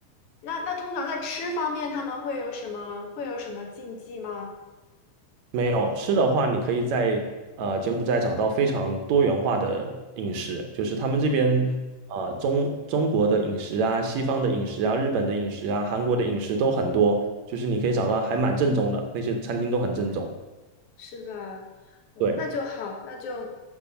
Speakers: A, on the left; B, on the right.
A: 那那通常在吃方面，他们会有什么会有什么禁忌吗？
B: 没有吃的话，你可以在呃柬埔寨找到非常多元化的饮食，就是他们这边
A: 嗯嗯。
B: 呃中中国的饮食啊、西方的饮食啊、日本的饮食啊、韩国的饮食都很多，就是你可以找到还蛮正宗的，那些餐厅都很正宗。
A: 是吧？嗯，
B: 对。
A: 那就好，那就